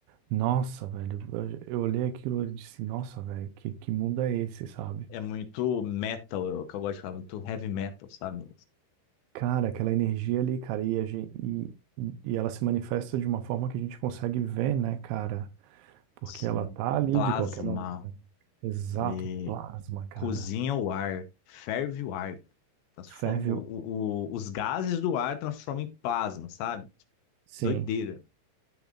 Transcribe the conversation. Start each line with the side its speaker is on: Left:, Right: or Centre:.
Right: Nossa, velho, eu, eu olhei aquilo e disse, nossa, velho, que, que mundo é esse, sabe?
Left: É muito metal, é o que eu gosto de falar, muito heavy metal, sabe?
Right: Cara, aquela energia ali, cara, e, a gente, e, e ela se manifesta de uma forma que a gente consegue ver, né, cara? Porque
Left: Assim,
Right: ela tá ali
Left: plasma,
Right: de qualquer maneira. Exato,
Left: e
Right: plasma, cara.
Left: cozinha o ar, ferve o ar, transforma
Right: Ferve,
Left: o-
Right: o-
Left: o- o- os gases do ar transformam em plasma, sabe?
Right: sim.
Left: Doideira.